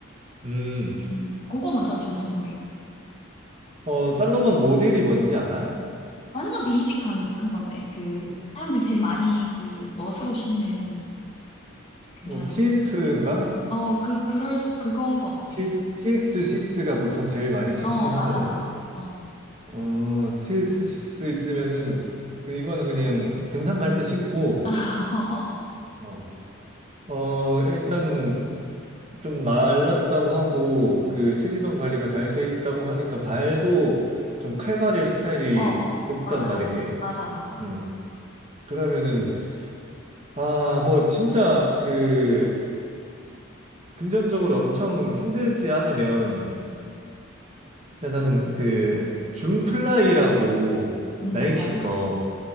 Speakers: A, on the right; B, on the left.
A: 음.
B: 음, 그거 먼저 좀 궁금해.
A: 어, 살로몬 모델이 뭔지 알아?
B: 완전 베이직한 한 건데 그 사람들 제일 많이 그 멋으로 신는 그냥
A: 뭐, TF인가?
B: 어 그 그럴 수- 그건 것 같아.
A: T, x 6가 보통 제일 많이 신긴
B: 어 어, 맞아
A: 하거든.
B: 맞아 어
A: 어, TX6 있으면은, 그, 이거는 그냥 등산 갈 때 신고,
B: <laughs>
A: 어, 어, 일단 좀 말랐다고 하고, 그, 체지방 관리가 잘 돼 있다고 하니까 발도 좀 칼발일 스타일이
B: 어,
A: 높단
B: 맞아
A: 말이지.
B: 맞아 맞아
A: 음. 그러면은, 아, 뭐, 진짜 그, 금전적으로 엄청 힘들지 않으면,
B: 음.
A: 야, 나는 그 줌플라이라고
B: 준플라이
A: 나이키 거